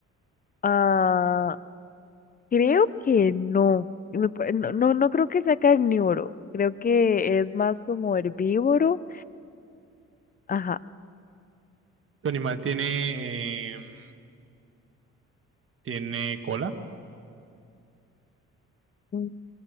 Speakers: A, on the left (about 30°); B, on the right (about 45°).
A: Ah, creo que no. Me pa- No, no, no creo que sea carnívoro. Creo que es más como herbívoro. Ajá.
B: Tu animal tiene, em, tiene cola,
A: Mm,